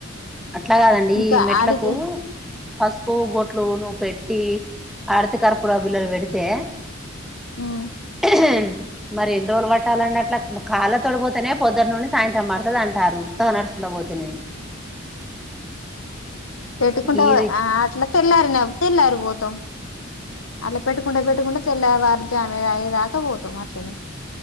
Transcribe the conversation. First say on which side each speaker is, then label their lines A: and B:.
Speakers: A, in the centre; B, on the left (about 85°).
A: అట్ల కాదండి
B: ఇంకా
A: ఈ మెట్లకు
B: ఆడికి
A: పసుపు బొట్లు నువ్వు పెట్ ట్టి ఆరతి కర్పూర బిళ్ళలు బెడితే
B: మ్మ్
A: <unintelligible> మరి ఎన్ని రోజులు పట్టాలండి అట్లా కాళ్ళ తోటిపోతనే పొద్దుటి నుండి సాయంత్రం పడతాది అంటారు ఉత్తగ నడుస్కుంట పోతెన
B: పెట్టుకుంట
A: ఇది
B: ఆ అట్లా తెల్లారిన తెల్లారి పోతాం అట్లా పెట్టుకుంట పెట్టుకుంట తెల్ల వారుజామె అయ్యేదాకా పోతం అట్లనే